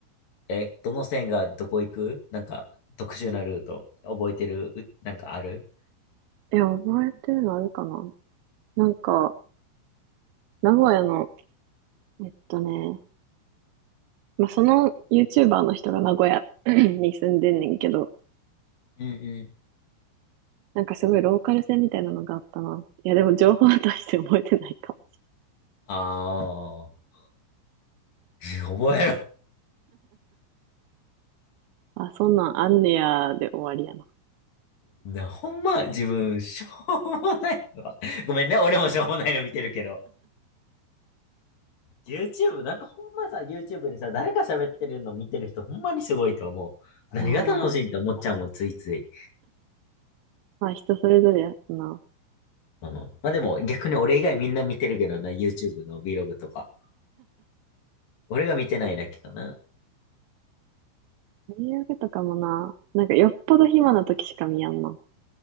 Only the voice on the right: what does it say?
いや、覚えてるのあるかななんか、名古屋の、えっとね、まあ、その YouTuber の人が名古屋 <coughs> <clears throat> に住んでんねんけど、
なんかすごいローカル線みたいなのがあったな。いや、でも情報は大して覚えてないかも。
あ、そんなんあんねやで終わりやな。
ああ。
まあ人それぞれやな。
大げとかもな、なんかよっぽど暇な時しか見やんな。